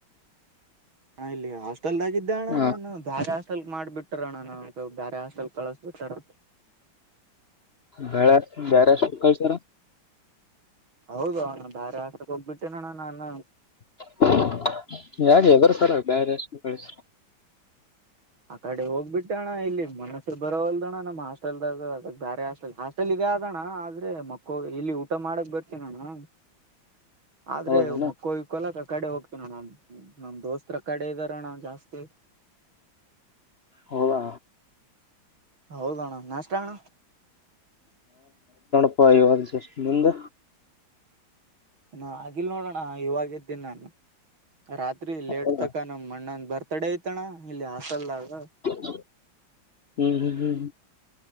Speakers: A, on the right (about 85°); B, on the left (about 55°).
A: ಹ ಇಲ್ಲಿ ಹಾಸ್ಟೆಲ್ದಾಗಿದ್ದ ಅಣ್ಣ
B: ಹ
A: ನಾನು ದ್ವಾಷ್ ಟ್ಟಲ್ ಮಾಡ್ಬಿಟಾರಣ ನಮ್ದ್ ಬ್ಯಾರೆ ಹಾಸ್ಟಲ್ ಕಳಸ್ ಬಿಟ್ ಟ್ರಣ
B: ಬೇಳೆ ಬೇರೆ ಹಾಸ್ಟೆಲ್ ಕಳಿಸ್ದ್ರಾ
A: ಹೌದು ಅಣ ಬ್ಯಾರೆ ಹಾಸ್ಟೆಲ್ ಹೋಗ್ಬಿಟ್ಟೇನೋಣ್ಣ ನಾನ
B: <unintelligible> ಯಾಕೆ ಯದ್ರ್ ಸಲ್ವಾಗಿ ಬ್ಯಾರೆ ಹಾಸ್ಟೆಲ್ ಕಳ್ಸ್
A: ಆ ಕಡೆ ಹೋಗ್ಬಿಟ್ಟಣ್ಣ ಇಲ್ಲಿ ಮನಸ್ಸು ಬರೋ ವಲ್ದಣ್ಣ ನಮ್ ಹಾಸ್ಟೆಲ್ದಾಗ ಅದಾಗ್ ಬೇರೆ ಹಸ್ಟೆಲ್, ಹಾಸ್ಟೆಲ್ ಇದೆ ಆದಣ್ಣ ಆದ್ರೆ ಮಕ್ಕೋ, ಇಲ್ಲಿ ಊಟ ಮಾಡಕ್ ಬರ್ತೀನಣ್ಣ ಆದ್ರೆ
B: ಹೌದನಾ
A: ಮಕ್ಕೋ ಇಕೋಲಕ್ ಆ ಕಡೆ ಹೋಗ್ತೀನಣ, ನಮ್ ದೋಸ್ತತ್ರ ಕಡೆಗರಣ ಜಾಸ್ತಿ
B: ಹೌದಾ
A: ಹೌದಣ ನಾಷ್ಟ ಅಣ
B: ಹಾಯವದು ಸಷ್ಟ ನಿಂದ್
A: ಇನ ಆಗಿಲ್ ನೋಡೋಣ ಇವಾಗ ಯದ್ದೀನಿ ನಾನು ರತ್ರಿ ಲೇಟ್
B: ಹೌದಾ
A: ತಕ ನ ಮಣ್ಣನ್ ಬರ್ ತಡೆ ಐತಣ್ಣ ಇಲ್ಲಿ ಹಾಸ್ಟೆಲ್ದಾಗ.
B: ಹ್ಮ್ ಹ್ಮ್ ಹ್ಮ್ ಹ್ಮ.